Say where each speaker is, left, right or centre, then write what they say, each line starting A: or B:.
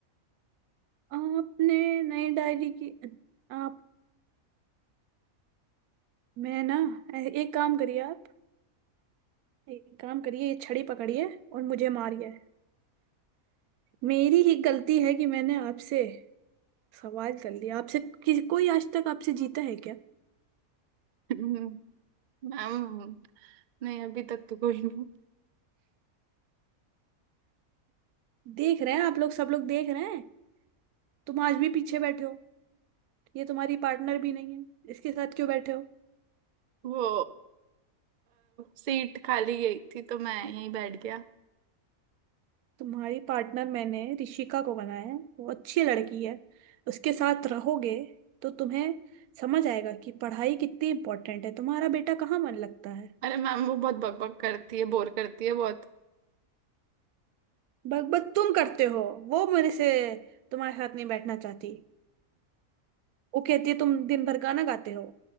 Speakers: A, on the right; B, on the right.
A: आपने नई डायरी की आप मैं ना ए- एक काम करिए आप एक काम करिए ये छड़ी पकड़िए और मुझे मारिए मेरी ही गलती है कि मैंने आपसे सवाल कर लिया आपसे किसी कोई आज तक आपसे जीता है क्या
B: हम्म, मैम नहीं अभी तक तो कोई नहीं
A: देख रहे हैं आप लोग सब लोग देख रहे हैं तुम आज भी पीछे बैठे हो ये तुम्हारी पार्टनर भी नहीं है इसके साथ क्यों बैठे हो
B: वो सीट खाली गई थी तो मैं यहीं बैठ गया
A: तुम्हारी पार्टनर मैंने ऋषिका को बनाया है वो अच्छी लड़की है उसके साथ रहोगे तो तुम्हें समझ आएगा कि पढ़ाई कितनी इम्पोर्टेंट है तुम्हारा बेटा कहाँ मन लगता है
B: अरे मैम वो बहुत बकबक करती है बोर करती है बहुत
A: बकबक तुम करते हो वो मेरे से तुम्हारे साथ नहीं बैठना चाहती वो कहती है तुम दिन भर गाना गाते हो